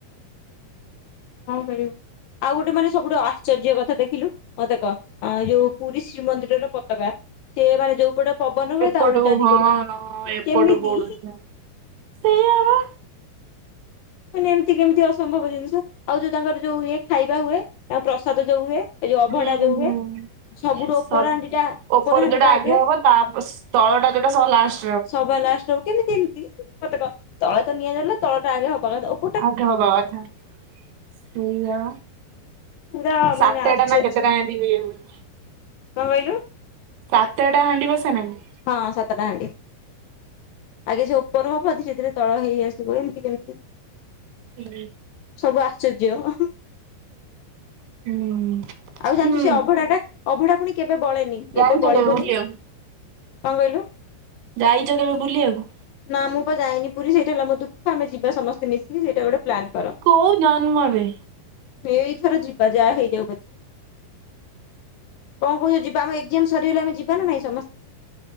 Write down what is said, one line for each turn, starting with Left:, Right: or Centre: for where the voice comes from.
Left: ହଁ ଖେଳିବୁ ଆଉ ଗୋଟେ ମାନେ ସବୁଠୁ ଆଶ୍ଚର୍ଯ୍ୟ କଥା ଦେଖିଲୁ ମତେ କହ ଅ ଯୋଉ ପୁରୀ ଶ୍ରୀମନ୍ଦିରର ପତାକା ସେ ମାନେ ଯୋଉପଟ ପବନ ହୁଏ
Right: ଏପଟକୁ
Left: ତା ଓଲଟା ଦିଗରେ
Right: ହଁ ହଁ ଏପଟକୁ
Left: କେମିତି?
Right: ଉଡୁଛି ସେଇଆ ବା
Left: ମାନେ ଏମିତି କେମିତି ଅସମ୍ଭବ ଜିନିଷ ଆଉ ଯୋଉ ତାଙ୍କର ଯୋଉ ଇଏ ଖାଇବା ହୁଏ ଆଉ ପ୍ରସାଦ ଯୋଉ ହୁଏ। ଏଇ ଯୋଉ ଅଭଡ଼ା
Right: ହୁଁ
Left: ଯୋଉ
Right: ହୁଁ।
Left: ହୁଏ ସବୁଠୁ
Right: ସବ
Left: ଓପର ହାଣ୍ଡିଟା ଉପର ହାଣ୍ଡିଟା
Right: ଯୋଉଟା
Left: ଆଗେ
Right: ହବ ତା ସ ତଳଟା ଯୋଟା ସବା ଲାଷ୍
Left: ସବା ଲାଷ୍ଟ ହବ କେମିତି ଏମିତି ମତେ କ ତଳେ ତ ନିଆଁ ଜଳିଲା ତଳଟା ଆଗେ ହବା କଥା ଓ
Right: ଆଗେ ହବା କଥା ସେୟା।
Left: ପୁରା ମାନେ
Right: ସାତେଟା
Left: ଆଶ୍ଚର୍ଯ୍ୟ
Right: ନା କେତେଟା ଏମିତି ଇଏ ହୁଏ।
Left: କଣ କହିଲୁ?
Right: ସାତେଟା ହାଣ୍ଡି ବସେନା ବେ?
Left: ହଁ ସାତଟା ହାଣ୍ଡି। ଆଗେ ସେ ଓପର ହବ ଧୀରେ ଧୀରେ ତଳ ହେଇ ଆସିବ ଏମିତି କେମିତି?
Right: ହୁଁ।
Left: ସବୁ ଆଶ୍ଚର୍ଯ୍ୟ।
Right: ହୁଁ।
Left: ଆଉ ଜାଣିଚୁ
Right: ହୁଁ
Left: ସେ ଅଭଡ଼ାଟା ଅଭଡ଼ା ପୁଣି କେବେ ବଳେନି କେବେ
Right: ଯାଇଛ
Left: ବଳିବନି।
Right: ବୁଲିବାକୁ?
Left: କଣ କହିଲୁ?
Right: ଯାଇଚ କେବେ ବୁଲିବାକୁ?
Left: ନା ମୁଁ ପା ଯାଇନି ପୁରୀ ସେଇଟା ଲା ମୋ ଦୁଃଖ ଆମେ ଯିବା ସମସ୍ତେ ମିଶିକି ସେଇଟା ଗୋଟେ ପ୍ଲାନ୍ କର।
Right: କୋଉ ଜନ୍ମରେ?
Left: ଏଇଥର ଯିବା ଯାହା ହେଇ ଯାଉ ପଛେ। କଣ କହୁଛ ଯିବା ଆମ ଏକ୍ଜାମ ସରିଗଲେ ଆମେ ଯିବା ନା ନାଇଁ ସମସ୍